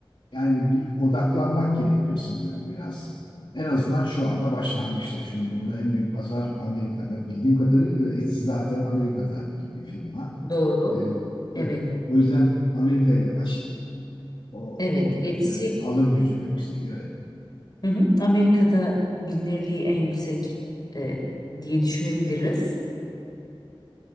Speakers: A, on the left; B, on the left.
A: yani bir odaklanmak gerekiyor sanıyorum biraz. En azından şu anda başlangıçta. Çünkü burada en büyük pazar Amerika'da. Bildiğim kadarıyla da Etsy zaten Amerika'daki bir firma.
B: Doğru.
A: E,
B: Evet,
A: evet. O yüzden Amerika ile baş. O,
B: evet.
A: oradaki
B: Etsy
A: tabii alım gücü de yüksek. Evet.
B: hı hı. Amerika'da bilinirliği en yüksek eee, diye düşünebiliriz.